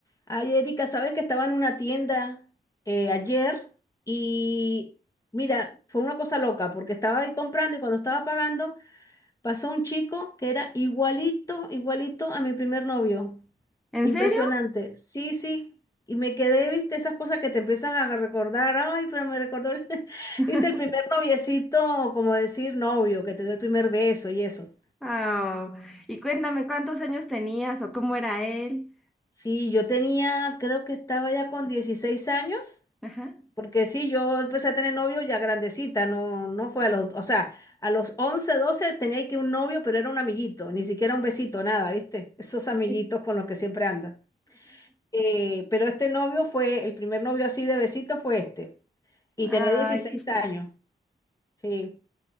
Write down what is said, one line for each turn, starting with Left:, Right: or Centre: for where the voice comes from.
Left: Ay, Erika, sabes que estaba en una tienda eh, ayer y mira, fue una cosa loca porque estaba ahí comprando y cuando estaba pagando pasó un chico que era igualito, igualito a mi primer novio.
Centre: ¿En
Left: Impresionante.
Centre: serio?
Left: Sí, sí. Y me quedé, viste, esas cosas que te empiezan a recordar. Ay, pero me recordó, el- <laughs>
Centre: <laughs>
Left: viste, el primer noviecito, como decir novio, que te dio el primer beso y eso.
Centre: Ah, Y cuéntame cuántos años tenías o cómo era él.
Left: Sí, yo tenía, creo que estaba ya con 16 años.
Centre: Ajá.
Left: Porque sí, yo empecé a tener novio ya grandecita, no, no fue a los, o sea, a los 11, 12 tenía que un novio, pero era un amiguito, ni siquiera un besito, nada, ¿viste? Esos amiguitos
Centre: Sí.
Left: con los que siempre andas. Eh, pero este novio fue, el primer novio así de besito fue este, y
Centre: Ay,
Left: tenía 16
Centre: qué padre.
Left: años, sí.